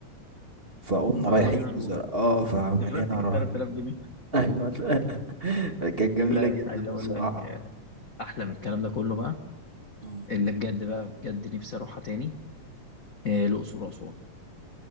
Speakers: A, on the right (about 20°); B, on the left (about 50°).
A: فقمنا
B: فيلا
A: رايحين
B: بينا نروح
A: بزر... اه فمن
B: نفرتك
A: هنا رحنا
B: ال 3000 جنيه
A: ايوه <laughs> لا. كانت جميله
B: لا بس
A: جدا
B: عايز اقول
A: بصراحه
B: لك آه، احلى من الكلام ده كله بقى
A: مم.
B: اللي بجد بقى بجد نفسي اروحها تاني آه، الاقصر واسوان